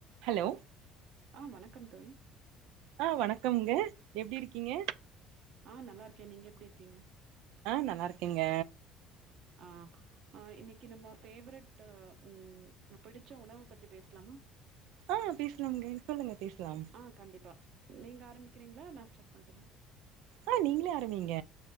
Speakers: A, on the right; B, on the right.
A: Hello
B: ஆஹ் வணக்கம் தோழி
A: ஆ வணக்கம்ங்க எப்டி இருக்கிங்க
B: ஆஹ் நல்லா இருக்கே நீங்க எப்டி இருக்கிங்க
A: ஆஹ் நல்லா இருக்கேங்க
B: ஆஹ் ஹா இன்னைக்கி நம்ம ஃபேவரட்டு ம் பிடிச்ச உணவு பத்தி பேஸ்லாமா
A: ஆ பேசலாம்ங்க சொல்லுங்க பேசலாம்
B: ஆஹ் கண்டிப்பா நீங்க ஆரம்பிக்கிறிங்ளா நா ஸ்டார்ட் பண்ட்டுமா
A: ஆஹ் நீங்ளே ஆரம்பீங்க